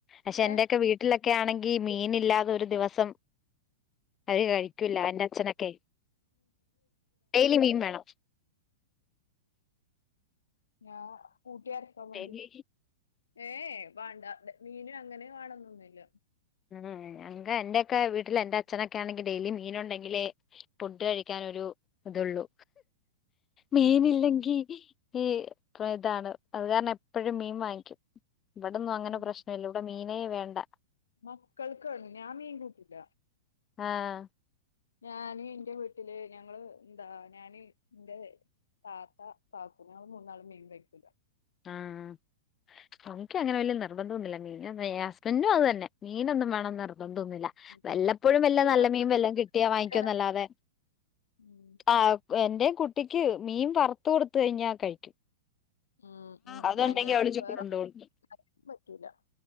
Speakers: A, on the left (about 25°); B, on the left (about 90°).
A: പക്ഷെ
B: ഏഹ്?
A: എന്റെക്കെ വീ ട്ടിലൊക്കെ ആണെങ്കിൽ മീനില്ലാതെ ഒരു ദിവസം അരി കഴി ക്കില്ല എന്റെ അച്ഛനൊക്കെ ഡെയിലി മീൻ വേണം
B: ഞാൻ കൂട്ടിയാർക്കാൻ വേണ്ടിട്ട്
A: ഡെയിലി
B: ഏയ് വേണ്ട മീനും അങ്ങനെ വേണന്നൊന്നുല്ല
A: ഉം ഞങ്ങ എന്റെയൊക്കെ വീട്ടില് എറെ അച്ഛനൊക്കെ ആണെങ്കി ഡെയ്ലി മീൻ ഉണ്ടെങ്കിലെ ഫുഡ് കഴിക്കാനൊരു ഇതള്ളൂ മീന്ല്ലെങ്കി
B: ഉം ഉം
A: ഈ ഇതാണ് അത് കാരണം എപ്പോഴും മീൻ വാങ്ങിക്കും ഇവിടന്നും അങ്ങനെ
B: ഉം
A: പ്രശ്നല്ലോ ഇവിടെ മീനേ വേണ്ട
B: മക്കൾക്കാണ് ഞാൻ മീൻ കുട്ടൂല
A: ആഹ്
B: ഞാന് ഇന്റെ വീട്ടില് ഞങ്ങള് എന്താ ഞാന് ഇന്റെ താത്ത കാക്കു ഞങ്ങൾ മൂന്നാളും മീൻ കഴിക്കൂലാ
A: ആഹ് നമുക്ക് അങ്ങനെ വലിയ നിർബന്ധംന്നുമില്ല മീന ഹസ്ബന്റും അത് തന്നെ മീനൊന്നും വേണംന്ന് നിർബന്ധംന്നുല്ല
B: ഉം.
A: വെല്ലപ്പോഴും
B: കുട്ടികൾക്ക്
A: വെല്ലം നല്ല മീൻ വെല്ലം കിട്ടിയാ
B: ചിക്കന്
A: വാങ്ങിക്കോന്നല്ലാതെ
B: ഉം
A: ആഹ് എന്റെ കുട്ടിക്ക് മീൻ വറുത്ത് കൊടുത്ത കഴിഞ്ഞാ കഴിക്കും
B: ഉം ഉം
A: അത്ണ്ടെങ്കി
B: അയന്നെ
A: അവിടെ ചോറ്
B: വേറെ
A: ഉണ്ടോളും
B: കറിയൊന്നും പറ്റൂല